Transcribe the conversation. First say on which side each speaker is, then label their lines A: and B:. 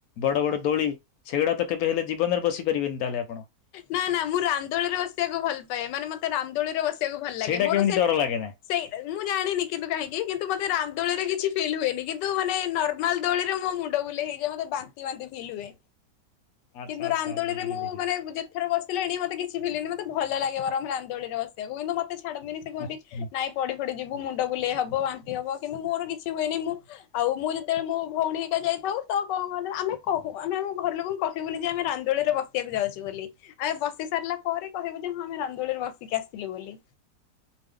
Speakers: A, on the left (about 70°); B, on the left (about 90°).
A: ବଡ ବଡ ଦୋଳି ସେଗୁଡା ତ କେବେ ହେଲେ ଜୀବନରେ ବସି ପାରିବେନି ତାହେଲେ ଆପଣ।
B: ନା ନା ମୁଁ ରାମଦୋଳିରେ ବସିବାକୁ ଭଲ ପାଏ ମାନେ ମତେ ରାମଦୋଳିରେ ବସି ବାକୁ ଭଲ ଲାଗେ
A: ସେଇଟା
B: ମୋର
A: କେମିତି
B: ସେଟ୍
A: ଡର ଲାଗେ ନା
B: ସେଇ ମୁଁ ଜାଣିନି କିନ୍ତୁ କାହିଁକି କିନ୍ତୁ ମତେ ରାମଦୋଳିରେ କିଛି ଫିଲ୍ ହୁଏନି କିନ୍ତୁ କିନ୍ତୁ ମାନେ ନର୍ମାଲ ଦୋଳିରେ ମୋ ମୁଣ୍ଡ ବୁଲେଇ ହେଇଯାଏ ମତେ ବାନ୍ତି ବାନ୍ତି ଫିଲ୍ ହୁଏ।
A: ଆଚ୍ଛା
B: କିନ୍ତୁ ରାନ୍ଦୋଳିରେ
A: ଆଚ୍ଛା ବୁଝିଲି ବୁଝିଲି।
B: ମୁଁ ଯେତଥର ବସିଲେଣି ମତେ କିଛି ଫିଲ ହେଇନି ମୋତେ ଭଲ ଲାଗେ ବରଂ ରାମଦୋଳିରେ ବସିବାକୁ କିନ୍ତୁ ମତେ ମତେ ଛାଡନ୍ତିନି ସେ କୁହନ୍ତି
A: ଆଚ୍ଛା।
B: ନାଇଁ ପଡି ଫଡ଼ି ଯିବୁ ତୋ ମୁଣ୍ଡ ବୁଲେଇ ହବ ବାନ୍ତି ହବ କିନ୍ତୁ ମୋର କିଛି ହୁଏନି ମୁଁ ଆଉ ମୁଁ ଯେତେବେଳେ ମୋ ଭଉଣୀ ହେଇକା ଯାଇଥାଉ ତ କଣ କୁହନି ଆମେ କହୁ ଆମେ ଆମ ଘର ଲୋକଙ୍କୁ କହିବୁନି ଯେ ଆମେ ରାମଦୋଳିରେ ବସି ଆକୁ ଯାଉଛୁ ବୋଲି। ଆଉ ବସି ସାରିଲା ପରେ କହିବୁ ଯେ ହଁ ଆମେ ରାମଦୋଳି ରେ ବସିକି ଆସିଲୁ ବୋଲି।